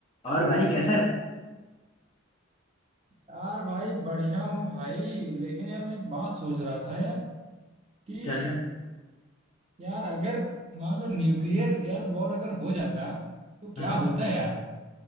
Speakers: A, on the left; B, on the right.
A: और भाई कैसा है
B: यार भाई बढ़िया हूँ भाई लेकिन यार मैं एक बात सोच रहा था यार कि
A: क्या क्या
B: यार अगर मान लो न्यूक्लियर यार वॉर अगर हो जाता तो
A: हाँ
B: क्या
A: हाँ
B: होता यार